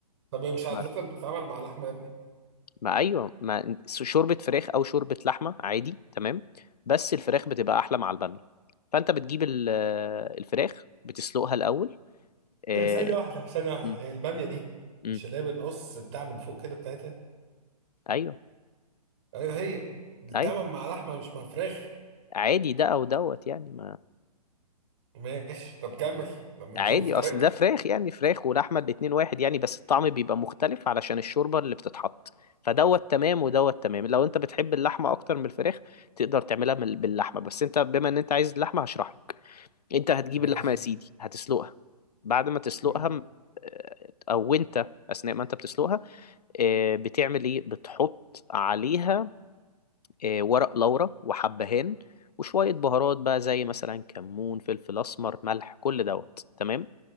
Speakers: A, on the right; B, on the left.
A: طب هي مش
B: مش
A: عاده
B: مرق
A: بتتعمل مع لحمه يا ابني
B: ما ايوه ما شوربة فراخ او شوربة لحمة عادي تمام بس الفراخ بتبقى احلى مع البامية فانت بتجيب ال- آه، الفراخ بتسلقها الاول آه،
A: هي ثانيه واحده ثانيه واحده
B: مم.
A: هي الباميه دي
B: مم.
A: مش اللي هي بنقص بتاع من فوق كده بتاعتها
B: ايوه
A: ايوه هي دي
B: ايوه
A: بتتعمل مع لحمه مش مع فراخ
B: عادي ده او دوت يعني
A: ماشي طب كمل لما
B: عادي
A: نشوف طريقتك
B: اصل ده فراخ يعني فراخ ولحمه الاتنين واحد يعني بس الطعم بيبقى مختلف علشان الشوربه اللي بتتحط فدوت تمام ودوت تمام لو انت بتحب اللحمه اكتر من الفراخ تقدر تعملها من- باللحمه بس انت بما ان انت عايز اللحمه هشرح لك انت هتجيب
A: ماشي
B: اللحمه يا سيدي هتسلقها بعد ما تسلقها
A: مم.
B: م- آه، او انت اثناء ما انت بتسلقها آه، بتعمل ايه بتحط عليها آه، ورق لورا وحبهان وشويه بهارات بقى زي مثلا كمون فلفل اسمر ملح كل دوت تمام